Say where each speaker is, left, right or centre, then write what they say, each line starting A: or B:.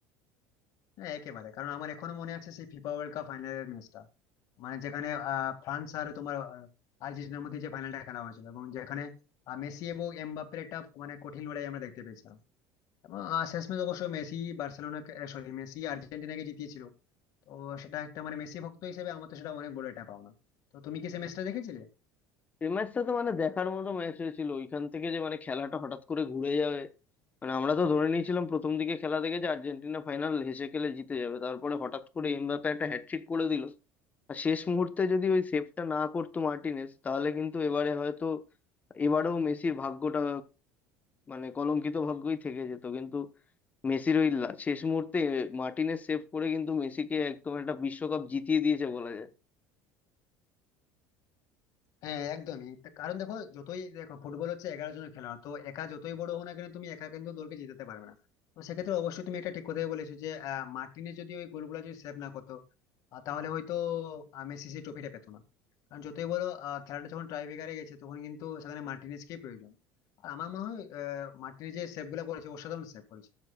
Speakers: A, on the left; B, on the left.
A: হ্যাঁ একেবারে কারণ আমার এখনো মনে আছে সেই ফিফা ওয়ার্ল্ড কাপ ফাইনালের ম্যাচটা মানে যেখানে আহ, ফ্রান্স আর তোমার আহ, আর্জেন্টিনার মধ্যে যে ফাইনালটা খেলা হয়েছিল এবং যেখানে আহ, মেসি এবং এমবাপ্পের একটা মানে কঠিন লড়াই আমরা দেখতে পেয়েছিলাম এবং আহ, শেষমেশ অবশ্য মেসি বার্সেলোনা সরি মেসি আর্জেন্টিনাকে জিতিয়েছিল তো সেটা একটা মানে মেসি ভক্ত হিসেবে আমার তো সেটা অনেক বড় একটা পাওনা তো তুমি কি সেই ম্যাচটা দেখেছিলে
B: এই ম্যাচটা তো মানে দেখার মতো ম্যাচ হয়েছিল ওইখান থেকে যে মানে খেলাটা হঠাৎ করে ঘুরে যাবে মানে আমরা তো ধরে নিয়েছিলাম প্রথম দিকে খেলা দেখে যে আর্জেন্টিনা ফাইনাল হেসে খেলে জিতে যাবে তারপরে হঠাৎ করে এমবাপ্পে একটা হ্যাটট্রিক করে দিল আর শেষ মুহূর্তে যদি ওই সেভটা না করতো মার্টিনেজ তাহলে কিন্তু এবারে হয়তো এবারেও মেসির ভাগ্যটা মানে কলঙ্কিত ভাগ্যই থেকে যেত কিন্তু মেসির ওই লা- শেষ মুহূর্তে মার্টিনেজ সেভ করে কিন্তু মেসিকে একদম একটা বিশ্বকাপ জিতিয়ে দিয়েছে বলা যায়
A: হ্যাঁ একদমই তা কারণ দেখো যতই দেখো ফুটবল হচ্ছে এগারো জনের খেলা তো একা যতই বড় হও না কেন তুমি একা কিন্তু দলকে জিতাতে পারবে না তো সেক্ষেত্রে অবশ্যই তুমি একটা ঠিক কথাই বলেছো যে আহ, মার্টিনে যদি ওই গোলগুলো যদি সেভ না করতো আহ, তাহলে হয়তো আহ, মেসি সেই ট্রফিটা পেতো না কারণ যতই বড় আহ, খেলাটা যখন টাই ব্রেকারে গেছে তখন কিন্তু সেখানে মার্টিনেজকেই প্রয়োজন আর আমার মনে হয় আহ, মার্টিনেজ যে সেভ গুলা করেছে অসাধারণ সেভ করেছে